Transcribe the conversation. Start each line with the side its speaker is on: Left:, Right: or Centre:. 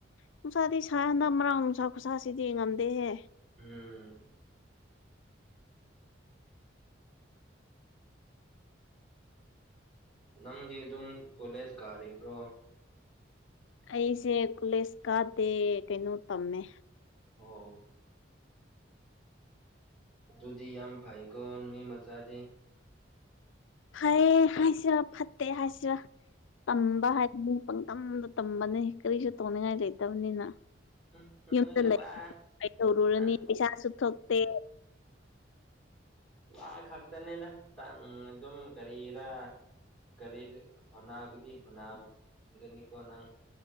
Left: ꯅꯨꯡꯁꯥꯗꯤ ꯁꯥ ꯍꯟꯗ ꯃꯔꯥꯡ ꯅꯨꯡꯁꯥ ꯈꯨꯠꯁꯥꯁꯤꯗꯤ ꯌꯦꯡ ꯉꯝꯗꯦꯍꯦ
Centre: ꯎꯝ ꯅꯪꯗꯤ ꯑꯗꯨꯝ ꯀꯣꯂꯦꯖ ꯀꯥꯔꯤꯕ꯭ꯔꯣ
Left: ꯑꯩꯁꯦ ꯀꯣꯂꯦꯖ ꯀꯥꯗꯦ ꯀꯩꯅꯣ ꯇꯝꯃꯦ
Centre: ꯑꯣ ꯑꯗꯨꯗꯤ ꯌꯥꯝ ꯐꯩꯀꯣ ꯃꯤ ꯃꯆꯥꯗꯤ
Left: ꯐꯩ ꯍꯥꯏꯁꯤꯔꯥ ꯐꯠꯇꯦ ꯍꯥꯏꯁꯤꯔꯥ ꯇꯝꯕ ꯍꯥꯏ ꯇꯝꯗ ꯇꯝꯕꯅꯦ ꯀꯔꯤꯁꯨ ꯇꯧꯅꯤꯡꯉꯥꯏ ꯂꯩꯇꯕꯅꯤꯅ
Centre: ꯍꯨꯝ
Left: ꯌꯨꯝꯗ
Centre: ꯅꯣꯏ ꯋꯥ
Left: ꯇꯧꯔꯨꯔꯅꯤ
Centre: ꯅꯪ
Left: ꯄꯩꯁꯥꯁꯨ ꯊꯣꯛꯇꯦ
Centre: ꯋꯥ ꯈꯛꯇꯅꯦꯗ ꯑꯗꯨꯝ ꯀꯔꯤꯔꯥ ꯀꯔꯤ ꯍꯣꯒꯗꯤ ꯍꯣꯅꯒꯅꯤꯀꯣ ꯅꯪ